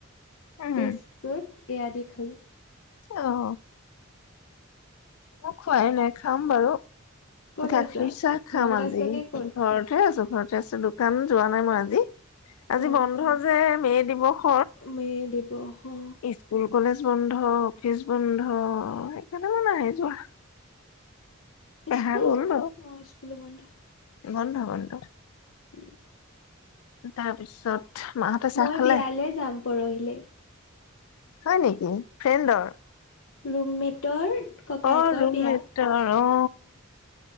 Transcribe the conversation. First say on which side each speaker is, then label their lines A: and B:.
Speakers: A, on the left; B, on the left.
A: উম।
B: বিস্কুট। এয়া দি খালো।
A: এ, অ। মই খোৱাই নাই। খাম বাৰু।
B: ক'ত
A: গাখীৰ
B: আছা?
A: চাহ খাম
B: ঘৰত
A: আজি
B: আছা নে ক'ত?
A: ঘৰতহে আছো ঘৰতে আছোঁ দোকান যোৱা নাই মই আজি। আজি
B: অঁ
A: বন্ধ যে। মে' দিৱস
B: মে' দিৱসো
A: স্কুল কলেজ বন্ধ অফিচ বন্ধ সেইকাৰণে কোনো নাই যোৱা পেহা
B: ইস্কুল
A: গ'ল বাৰু
B: অ', স্কুলো বন্ধ।
A: বন্ধ বন্ধ।
B: উম।
A: তাৰপিছত মাহঁতে চাহ
B: মই
A: খালে
B: বিয়ালৈ যাম পৰহিলে।
A: হয় নেকি? ফ্ৰেণ্ডৰ
B: ৰুমমেটৰ ককায়েকৰ
A: অ', ৰুমমেটৰ
B: বিয়া।
A: অ'